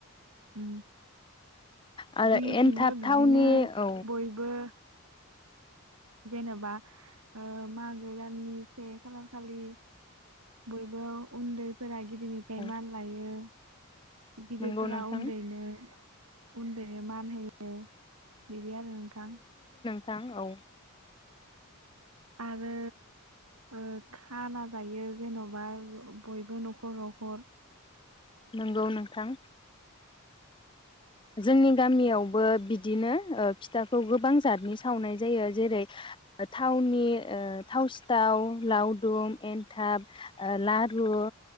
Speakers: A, on the right; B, on the left.
A: उम
B: आरो
A: जोंनिथिंबो
B: एन्थाब
A: बिदिनो
B: थावनि औ
A: बयबो जेनेबा ओ मागो दाननि से खालार खालि बयबो उन्दैफोरा गिदिरनिफ्राय
B: औ
A: मान लायो। गिदिरफोरा
B: नंगौ नोंथां
A: उन्दैनो उन्दैनो मान होयो। बिदि आरो नोंथां
B: थां औ।
A: आरो ओ खाना जायो जेन'बा बयबो नख'र नख'र
B: नोंगौ नोंथां। जोंनि गामियावबो बिदिनो ओ फिथाखौ गोबां जातनि सावनाय जायो जेरै थावनि ओ थाव सिथाव लावदुम एन्थाब ओ लारु ओ